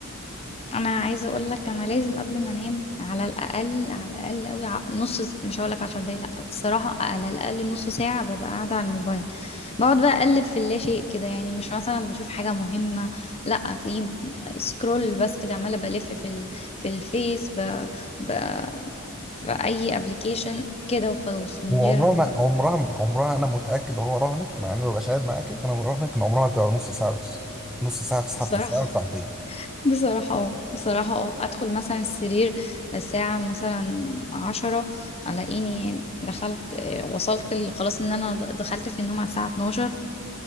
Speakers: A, on the left (about 30°); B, in the centre.
A: انا عايزه اقول لك انا لازم قبل ما انام على الاقل على الاقل قوي ع- نص س- مش هقول لك 10 دقايق لا الصراحه على الاقل نص ساعه ببقى قاعده على الموبايل بقعد بقى اقلب في اللا شيء كده يعني مش مثلا بشوف حاجه مهمه لا في سكرول بس كده عماله بلف في ال... في الفيس ب... ب... في اي ابلكيشن كده وخلاص من
B: وعمرها
A: غير
B: ما عمرها عمرها انا متاكد هو رهنك مع اني مبقاش قاعد معاكي انا راهنك ان عمرها بتبقى نص ساعه بس نص ساعه تسحب
A: بصراحه
B: في ساعه وساعتين
A: بصراحة اه بصراحة اه ادخل مثلا السرير الساعة مثلا عشرة الاقيني دخلت آه، وصلت ال- خلاص ان انا د- دخلت في النوم على الساعة 12